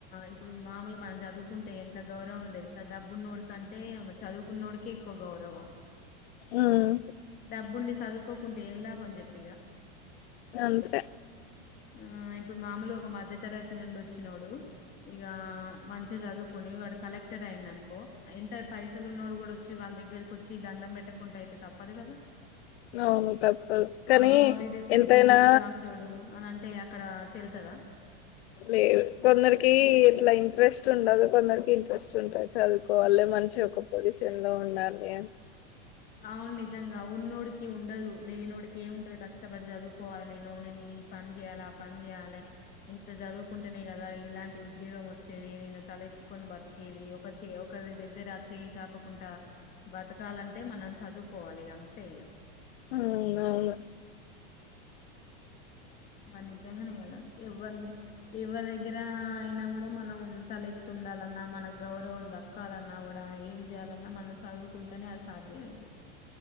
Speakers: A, on the left; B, on the left.
A: ఇప్పుడు మామూలుగా మనం చదువుకుంటే ఎంత గౌరవం తెలుసా డబ్బున్నోడుకంటే చదువుకున్నోడికే ఎక్కువ గౌరవం
B: ఉమ్
A: డబ్బుండి చదువుకోకుంటే ఏం లాభంని చెప్ప
B: అంతే
A: ఆ ఇప్పుడు మామూలు ఒక మధ్య తరగతి నుండి వచ్చినోడు ఇక మంచిగా చదువుకుని వాడు కలెక్టర్ అయింది అనుకో ఎంత పైసలు ఉన్నాడు కూడా వచ్చి వాళ దగ్గరకి వచ్చి దండం పెట్టకుండా అయితే తప్పదు కదా
B: అవును తప్పదు కానీ
A: అబ్బా వీడు పెద్ద
B: ఎంతైనా
A: మిడిల్ క్లాసోడు అని అంటే అక్కడ చెల్తదా
B: లే వందరి క ఇట్లా ఇంట్రెస్ట్ ఉండాలి కొందరికి ఇంట్రెస్ట్ ఉంటా చాల వాళ్ళే మంచిగ ఒక పొజిషన్ లో ఉ <unintelligible>
A: అవును నిజంగా ఉన్నోడికి ఉండదు లేనోడికే ఉంటది కష్టపడి చదువుకోవాలి నేను నేను ఈ పని చేయ్యాలి ఆ పని చేయాలి ఇంత చదువుకుంటేనే కదా ఇలాంటి ఉద్యోగం వచ్చేది నేను తలెత్తుకొని బతికేది ఒక చే ఒకరి దగ్గర చేయి చాపకుండా బ బ్రతకాలంటే మనం చదువుకోవాలి అంతే ఇక
B: అవునవును
A: మరి నిజంగానే కదా ఎవరిని ఎవరి దగ్గర అయినా కూడా మనం తలెత్తుండాలన్నా మన గౌరవం దక్కాలన్నా కూడా ఏం చేయాలన్నా మనం చదువుకుంటేనే అది సాధ్యమవుతుంది